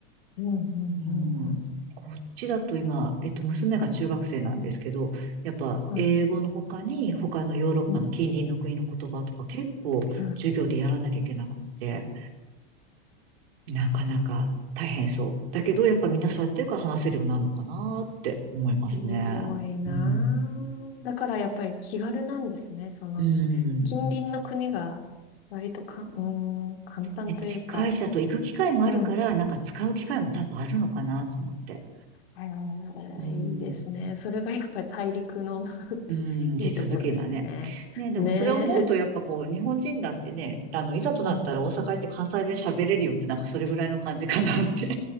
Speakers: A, on the left; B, on the right.
A: うん、うん、
B: うん。
A: うん、うん。
B: こっちだと今、えっと、娘が中学生なんですけど、やっぱ英語の他に、
A: はい。
B: 他のヨーロッパの近隣の国の言葉とか結構授業でやらなきゃいけなくって、
A: うん、うん。
B: なかなか大変そう。だけど、やっぱみんなそうやってるから話せるようになるのかなって思いますね。
A: すごいな
B: うん。
A: あだからやっぱり気軽なんですね。その、
B: うん。
A: 近隣の国が割とかん、うーん、簡単というか、
B: ね近いし、あと行く機会もあるから、
A: うん。
B: なんか使う機会も多分あるのかなと思って。
A: あ
B: うん。
A: ーいいですね。それがやっぱり大陸の <laughs>
B: うん、
A: いいところですよね。
B: 地続きなね。ね、でもそれを思うと、
A: ねえ。
B: やっぱこう、日本人だってね、あの、いざとなったら大阪行って関西弁喋れるよって、なんかそれぐらいの感じかなって